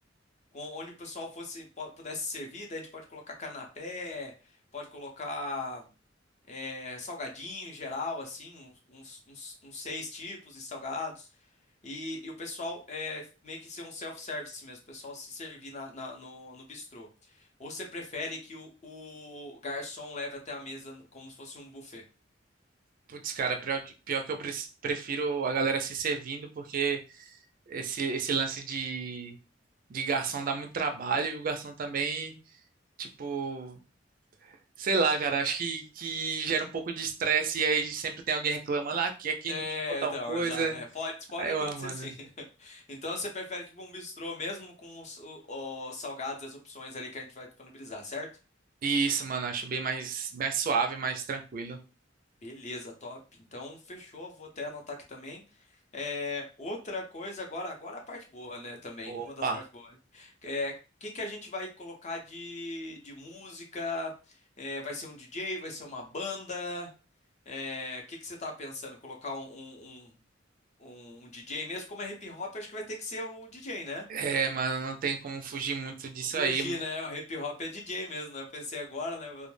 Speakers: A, on the left; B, on the right.
A: com- onde o pessoal fosse po- pudesse servir, daí a gente pode colocar canapé, pode colocar é, salgadinho em geral, assim, uns, uns- uns- uns seis tipos de salgados. E, e o pessoal é, meio que ser um self-service mesmo, o pessoal se servir na- na- no, no bistrô. Ou você prefere que o, o garçom leve até a mesa no- como se fosse um buffet?
B: Putz, cara, pior que, pior que eu pre- prefiro a galera se servindo, porque esse, esse lance de, de garçom dá muito trabalho e o garçom também, tipo, sei lá, cara, acho que, que gera um pouco de estresse e aí sempre tem alguém reclamando, ah, aqui, aqui
A: É,
B: não chegou tal
A: então,
B: coisa.
A: exato. É, pode, pode
B: Aí
A: acontecer
B: eu, ah, mano.
A: sim. <laughs> Então você prefere tipo um bistrô mesmo com os, o- os salgados e as opções ali que a gente vai disponibilizar, certo?
B: E Isso, mano, acho bem mais, mais suave, mais tranquilo.
A: Beleza, top. Então fechou, vou até anotar aqui também. É, outra coisa agora, agora a parte boa, né, também,
B: Opa.
A: uma das partes boas. É, o que que a gente vai colocar de, de música? É, vai ser um DJ, vai ser uma banda? É, o que que você tá pensando? Colocar um, um- um um DJ mesmo, como é hip hop, acho que vai ter que ser um DJ, né?
B: É, mano, não tem como fugir muito disso
A: Fugir,
B: aí.
A: né? O hip hop é DJ mesmo, né? Eu pensei agora, né?